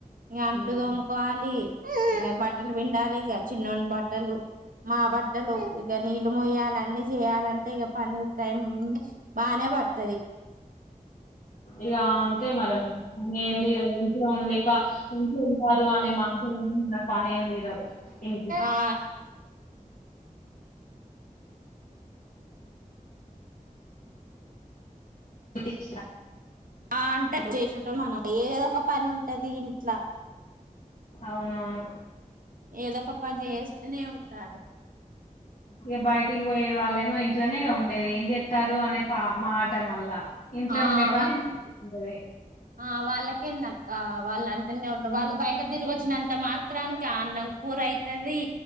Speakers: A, on the right; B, on the left.
A: ఇ అంట్లు
B: హ్మ్
A: దోముకోవాలి బట్ బట్టలు విండాలి ఇక చిన్నన్నడు బట్టలు మా బట్టలు ఇక నీళ్లుు మొయ్యాలి అన్న చేయాలంటే ఇక పని టైం బానే పడుతుది
B: ఇక అంతే మరనీ ఏంది ర ఇంచే ఉండి ఇక ఇంచి ఉంటారు అనే మాటలు మనకు పని రా ఇంకా
A: ఆ
B: అషా
A: ఆ అంటే చేసటం మనం ఏదో ఒక పని ఉంటది ఇంట్లా
B: అవునవును
A: ఏదో ఒక పని చేస్తూనే ఉండాలి
B: ఇక బయటికి పోయే వాళ్ళేమో ఇంట్లోనే ఉండేది ఏం చెస్తారు అనే పా మాట మళ్ళ ఇంట్లో
A: ఆ
B: ఉండే పని ఇంట్ండేవి
A: ఆ వాళ్ళకి కింద వాళ్ళ అ ఉ
B: హ్మ్.
A: వాళ్ళ బయట తిరు వచ్చినంత మాత్రానికి అన్నం కూర అవుతుది